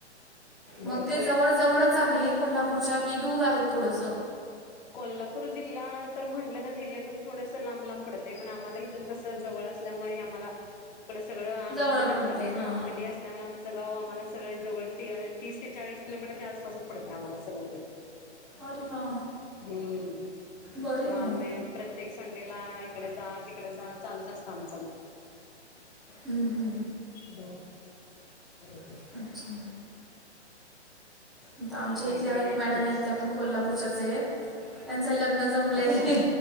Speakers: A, on the left (about 40°); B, in the centre.
A: भरपूर
B: मग ते
A: आहे
B: जवळ जवळच आहे, कोल्हापूरच्या की दूर आहे थोडंसं.
A: कोल्हापूर जिल्हा तर म्हटलं तर, जिल्ह्यातून थोडसं लांब लांब पडतय, पण आम्हाला इथून कसं जवळ असल्यामुळ आम्हाला. इकड सगळं आमचं
B: जवळ
A: तर
B: पडते
A: मध्ये, हा
B: हां
A: मध्ये असल्यामुळे आमचं गाव आम्हाला सगळे जवळ ते तीस ते चाळीस किलोमीटरच्या आसपास पडतंय आम्हाला सगळ हे.
B: अरे वा!
A: हम्म.. <unintelligible>
B: बरं आहे मग.
A: प्रत्येक संडे ला, इकडे जा तिकडे जा. चालूच असतं आमचं मग.
B: हम.
A: हम. <inaudible>
B: हं. अच्छा. इथं आमच्या
A: काहीतरी
B: इथल्या
A: काहीतरी
B: एक मॅडम आहेत. त्यापण कोल्हापूरच्याच आहेत, त्यांचं लग्न जमलंय.
A: अच्छा हा